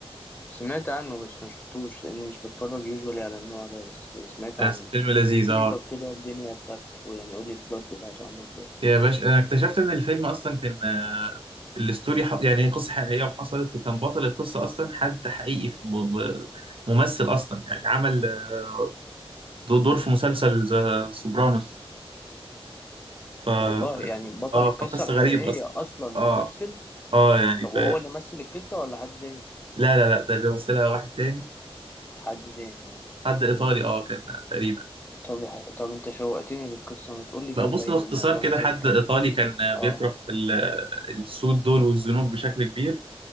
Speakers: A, on the left; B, on the right.
A: سمعت عنه بس ما شفتوش لاني مش بتفرج يوجوالي على النوع ده بس سمعت
B: بس
A: عنه
B: فيلم لذيذ
A: احكي
B: اه
A: لي طب كده الدنيا بتاعته ويعني قول لي البلوت بتاعته عامله ازاي
B: يا باشا انا اكتشفت ان الفيلم اصلا كان آه، الاستوري ح... يعني هي قصه حقيقيه وحصلت وكان بطل القصه اصلا حد حقيقي في م... م- ممثل اصلا يعني عمل آه، دو- دور في مسلسل ذا سوبرانوس ف...
A: والله
B: ف...
A: يعني بطل
B: اه
A: القصة
B: فقصه
A: الحقيقية
B: غريب اصلا
A: اصلا ممثل
B: اه اه يعني
A: طب
B: ف...
A: وهو اللي مثل القصة ولا حد تاني
B: لا لا لا ده اللي مثلها واحد تاني
A: حد تاني اه
B: حد ايطالي اه كان تقريبا
A: طب طب انت شوقتني للقصة ما تقول لي كده
B: لا بص
A: طيب
B: باختصار
A: الموضوع
B: كده
A: مثلا
B: حد
A: كان
B: ايطالي كان
A: اه
B: بيكره ال- السود دول والذنوب بشكل كبير